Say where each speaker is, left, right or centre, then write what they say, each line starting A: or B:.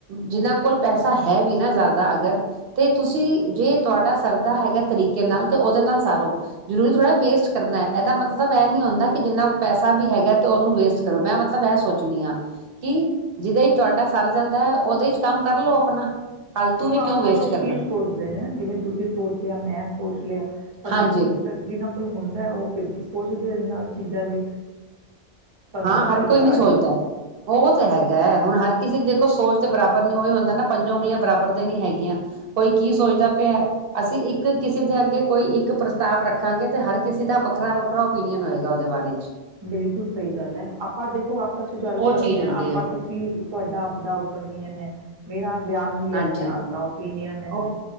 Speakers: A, on the right; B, on the right.
A: ਜਿਹਨਾਂ ਕੋਲ ਪੈਸਾ ਹੈ ਵੀ ਨਾ ਜ਼ਿਆਦਾ ਅਗਰ, ਤੇ ਤੁਸੀਂ ਜੇ ਤੁਹਾਡਾ ਸਰਦਾ ਹੈਗਾ ਤਰੀਕੇ ਨਾਲ ਤਾਂ ਉਹਦੇ ਨਾਲ ਸਾਰੋ। ਜ਼ਰੂਰੀ ਥੋੜ੍ਹਾ ਵੇਸਟ ਕਰਨਾ ਹੈ, ਇਹਦਾ ਮਤਲਬ ਇਹ ਨੀ ਹੁੰਦਾ ਕਿ ਜਿੰਨਾ ਕੁ ਪੈਸਾ ਜਾਂ ਤੇ ਉਹਨੂੰ ਵੇਸਟ ਕਰੋ, ਮੈਂ ਮਤਲਬ ਇਹ ਸੋਚਣੀ ਹਾਂ, ਕਿ ਜਿਹਦੇ ਚ ਤੁਹਾਡਾ ਸਰ ਜਾਂਦਾ ਹੈ, ਉਹਦੇ ਚ ਕੰਮ ਕਰ ਲਓ ਆਪਣਾ ਫਾਲਤੂ
B: ਉਹ
A: ਵੀ ਕਿਉਂ
B: ਆਪਾਂ
A: ਵੇਸਟ
B: ਲੋਕੀ
A: ਕਰਨਾ
B: ਸੋਚਦੇ ਏ, ਜਿਵੇਂ ਤੁਸੀਂ ਸੋਚ ਲਿਆ, ਮੈਂ ਸੋਚ ਲਿਆ। ਪਰ
A: ਹਾਂਜੀ
B: ਬਾਕੀ ਤਾਂ ਜਿਹਨਾਂ ਕੋਲ ਹੁੰਦਾ ਉਹ ਫਿਰ ਨਹੀਂ ਸੋਚਦੇ ਨਾਲ ਚੀਜ਼ਾਂ ਲਈ ਤੁਹਾਨੂੰ
A: ਹਾਂ
B: ਪਤਾ
A: ਹਰ
B: ਹੀ
A: ਕੋਈ
B: ਹੈ
A: ਨੀ ਸੋਚਦਾ,
B: ਅੱਜ
A: ਉਹ ਤਾਂ ਹੈਗਾ, ਹੁਣ ਹਰ ਕਿਸੇ ਦੇਖੋ ਸੋਚ ਤੇ ਬਰਾਬਰ ਨੀ, ਉਹੀ ਹੁੰਦਾ ਨਾ ਪੰਜੋਂ ਉਂਗਲੀਆਂ ਬਰਾਬਰ ਤੇ ਨਹੀਂ ਹੈਗੀਆਂ। ਕੋਈ ਕੀ ਸੋਚਦਾ ਪਿਆ, ਅਸੀਂ ਇੱਕ ਕਿਸੇ ਦੇ ਅੱਗੇ ਕੋਈ ਇੱਕ ਪ੍ਰਸਤਾਵ ਰੱਖਾਂਗੇ, ਤੇ ਹਰ ਕਿਸੇ ਦਾ ਵੱਖਰਾ ਵੱਖਰਾ ਓਪੀਨੀਅਨ ਹੋਏਗਾ, ਉਹਦੇ ਬਾਰੇ 'ਚ।
B: ਬਿਲਕੁਲ। ਸਹੀ ਗੱਲ ਹੈ, ਆਪਾਂ ਦੇਖੋ ਆਪਸ ਚ ਗੱਲ
A: ਉਹ
B: ਕਰਦੇ
A: ਚੀਜ਼ ਹੁੰਦੀ
B: ਹਾਂ, ਆਪਾਂ
A: ਹੈ ਫਿਰ
B: ਤੁਸੀਂ ਤੁਹਾਡਾ ਆਪ ਦਾ। ਏ ਮੈਂ ਮੇਰਾ ਵਿਆਹ ਨੂੰ ਲੈ
A: ਹਾਂਜੀ
B: ਕੇ ਆਵਦਾ ਓਪੀਨੀਅਨ ਹੈ,
A: ਉਹ